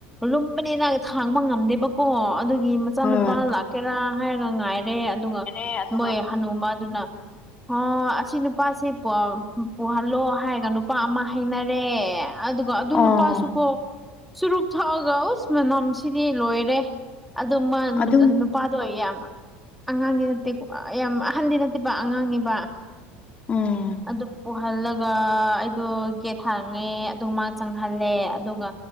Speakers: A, in the centre; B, on the left.
A: ꯂꯨꯝꯕꯅꯤꯅ ꯊꯥꯡꯕ ꯉꯝꯗꯦꯕꯀꯣ ꯑꯗꯨꯒꯤ ꯃꯆꯥꯅꯨꯄꯥ
B: ꯍꯣꯏ
A: ꯂꯥꯛꯀꯦꯔꯥ ꯍꯥꯏꯔꯒ ꯉꯥꯏꯔꯦ ꯑꯗꯨꯒ
B: ꯌꯥꯔꯦ ꯑꯗꯨꯒ
A: ꯃꯣꯏ ꯍꯅꯨꯃꯗꯨꯅ ꯑꯣ ꯑꯁꯤ ꯅꯨꯄꯥꯁꯤ ꯄꯨ ꯄꯨꯍꯜꯂꯣ ꯍꯥꯏꯔꯒ ꯅꯨꯄꯥ ꯑꯃ ꯅꯔꯦ ꯑꯗꯨꯒ ꯑꯗꯨ ꯅꯨꯄꯥꯁꯨ
B: ꯑꯣ
A: ꯑꯣ ꯆꯨꯔꯨꯞ ꯊꯛꯑꯒ ꯎꯁ ꯃꯅꯝꯁꯤꯗꯤ ꯂꯣꯏꯔꯦ ꯑꯗꯣ <unintelligible>
B: ꯑꯗꯨꯝ
A: ꯅꯨꯄꯥꯗꯣ ꯌꯥꯝ ꯑꯉꯥꯡꯗꯤ ꯅꯠꯇꯦꯀ ꯌꯥꯝ ꯑꯍꯟꯗꯤ ꯅꯠꯇꯦꯕ ꯑꯉꯥꯡꯅꯤꯕ
B: ꯎꯝ
A: ꯑꯗꯨ ꯄꯨꯍꯜꯂꯒ ꯑꯩꯗꯣ ꯒꯦꯠ ꯍꯥꯡꯉꯦ ꯑꯗꯨ ꯃꯥ ꯆꯪꯍꯜꯂꯦ ꯑꯗꯨꯒ